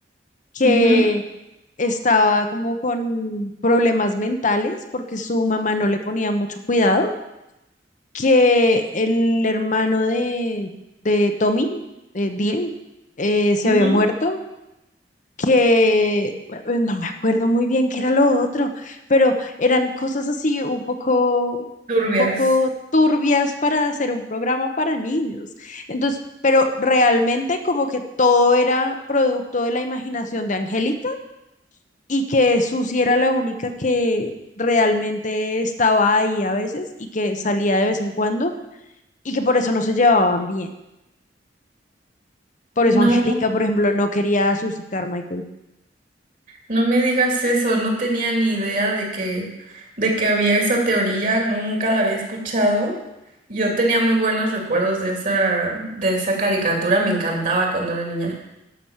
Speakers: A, on the left (about 45°); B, on the right (about 50°).
A: que
B: Ujú,
A: estaba como con problemas mentales porque su mamá no le ponía mucho cuidado que el hermano de, de Tommy, eh, Dil, eh, se
B: ujú.
A: había muerto, que eh, no me acuerdo muy bien qué era lo otro, pero eran cosas así un poco,
B: Turbias.
A: poco turbias para hacer un programa para niños. Entonces, pero realmente como que todo era producto de la imaginación de Angélica y que Susi era la única que realmente estaba ahí a veces y que salía de vez en cuando y que por eso no se llevaban bien. Por
B: No,
A: eso Angélica, por ejemplo, no quería a Susie Carmichael.
B: no me digas eso. No tenía ni idea de que, de que había esa teoría. No, nunca la había escuchado. Yo tenía muy buenos recuerdos de esa, de esa caricatura. Me encantaba cuando era niña.